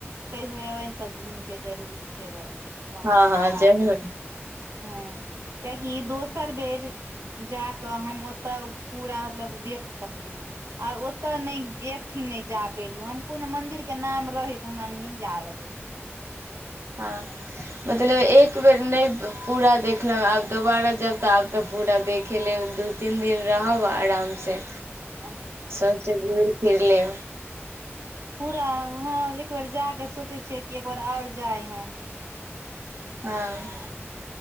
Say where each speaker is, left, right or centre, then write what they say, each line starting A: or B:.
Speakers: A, on the right (about 85°); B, on the right (about 65°).
A: कहियो एबनि तऽ घूमि के जरूर जेबै भगवान
B: हँ
A: के दरबार
B: हँ जरूर
A: से हँ कियाकि ई दोसर बेर जा कऽ हम ओतऽ पूरा मतलब देख सकलू आ ओत नय एकठिन नय जा पेलु हम कोन मंदिर के नाम रहै त हमरा नय याद अबै
B: हँ मतलब
A: ह
B: एक बेर नय पूरा देख लेब आब दोबारा जब तऽ आब तऽ पूरा देखे लेब दू तीन दिन रहब आराम सँ
A: <inaudible>
B: समस्ते घू <unintelligible> र फिर ले
A: पूरा ह एकबेर जाक सोचे छियै कि एकबेार आओर जाय हम
B: हँ